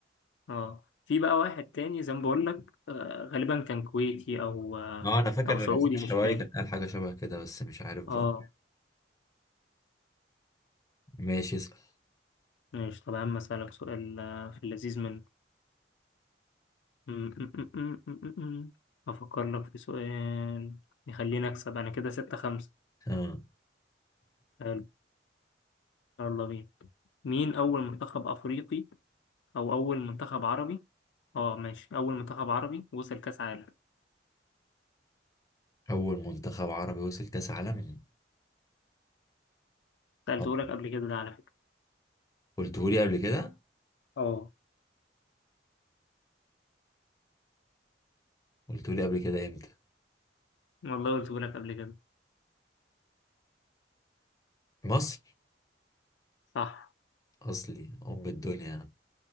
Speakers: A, on the left; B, on the left.
A: اه في بقى واحد تاني زي ما بقول لك آه غالبا كان كويتي او آه
B: ما انا فاكر
A: او سعودي
B: بتاع الشرايك
A: مش فاكر
B: كان قال حاجة شبه كده بس مش عارف
A: اه
B: بقى ماشي اسأل
A: ماشي طب يا عم اسالك سؤال آه، في اللذيذ منه م- م- م- م- م- م- م. افكر لك في سؤال يخليني اكسب انا كده ستة خمسة
B: اه
A: حلو يلا بينا مين اول منتخب افريقي او اول منتخب عربي اه ماشي اول منتخب عربي وصل كاس عالم
B: أول منتخب عربي وصل كأس عالم
A: سالته
B: طب
A: لك قبل كده ده على فكره
B: قلتهولي قبل كده
A: اه
B: قلتهولي قبل كده إمتى
A: والله قلته لك قبل كده
B: مصر
A: صح
B: أصلي أم الدنيا